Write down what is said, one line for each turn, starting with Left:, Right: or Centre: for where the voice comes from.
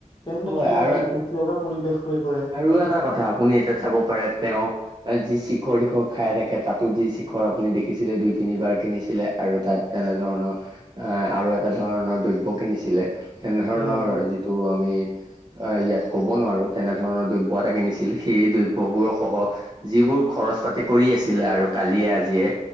Left: তেন্তে,
Right: হয়
Left: সেয়া
Right: আৰু
Left: অতি দুখ লগা পৰিৱেশ হৈ পৰে।
Right: আৰু এটা কথা আপুনি এতিয়া চাব পাৰে তেওঁ, যি, শিখৰ টিখৰ খাই থাকে, তাতো যি শিখৰ আপুনি দেখিছিলে দুই, তিনিবাৰকে নিছিলে। আৰু তাত, তেনে ধৰণৰ এ, আৰু এটা ধৰণৰ দ্ৰব্য কিনিছিলে। তেনে ধৰণৰ
Left: হয় হয়
Right: যিটো আমি ইয়াত কব নোৱাৰো। তেনে ধৰণৰ দ্ৰব্য এটা কিনিছিল। সেই দ্ৰব্যবোৰ সহ যিবোৰ খৰচ পাতি কৰি আছিলে আৰু কালিয়ে আজিয়ে।